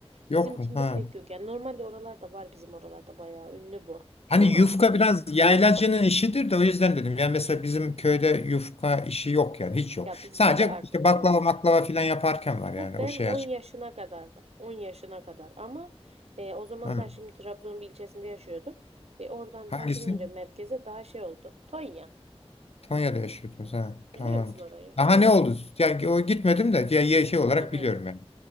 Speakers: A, on the left; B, on the right.
A: Yok
B: Bizimkinde
A: mu? Ha.
B: pek yok. Yani normalde oralarda var bizim oralarda bayağı ünlü bu.
A: Hani
B: Ama
A: yufka biraz yaylacının işidir de o yüzden dedim. Yani mesela bizim köyde yufka işi yok yani hiç yok.
B: ya bizde
A: Sadece
B: de artık
A: işte baklava
B: yok.
A: maklava filan yaparken var yani
B: Bu ben
A: o şey
B: 10
A: açma.
B: yaşına kadardım. 10 yaşına kadar ama e, o zamanlar
A: Hı.
B: şimdi Trabzon'un bir ilçesinde yaşıyordum. E, oradan
A: Hangisi?
B: taşınınca merkeze daha şey oldu. Tonya.
A: Konya'da yaşıyordunuz ha. Tamamdır.
B: Biliyor musun orayı?
A: Aha ne oldu? Yani o gitmedim de ya, ya şey olarak
B: Hı hı.
A: biliyorum yani.